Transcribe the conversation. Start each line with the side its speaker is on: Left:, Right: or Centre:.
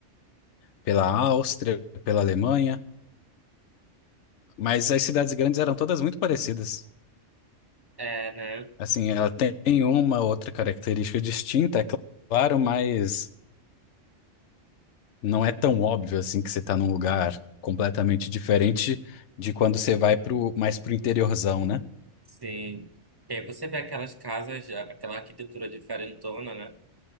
Left: pela Áustria, pela Alemanha, mas as cidades grandes eram todas muito parecidas.
Right: É, né?
Left: Assim, ela tem uma outra característica distinta, é claro, mas não é tão óbvio assim que você está num lugar completamente diferente de quando você vai pro, mais pro interiorzão, né?
Right: Sim. E aí você vê aquelas casas, aquela arquitetura diferentona, né?